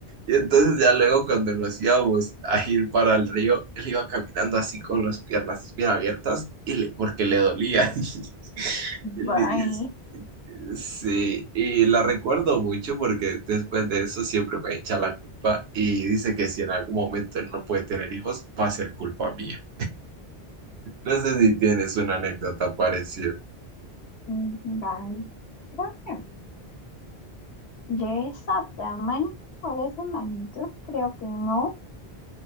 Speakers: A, on the right (about 80°); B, on the left (about 85°).
A: Y entonces ya luego cuando nos íbamos a ir para el río, él iba caminando así con las piernas bien abiertas y le- porque le dolía. <laughs> Y le-
B: bye.
A: y- sí, y la recuerdo mucho porque después de eso siempre me echa la culpa y dice que si en algún momento él no puede tener hijos, va a ser culpa mía. No sé si tienes una anécdota parecida.
B: Mm, Dani, Creo que de esa tamaño o de esa magnitud, creo que no.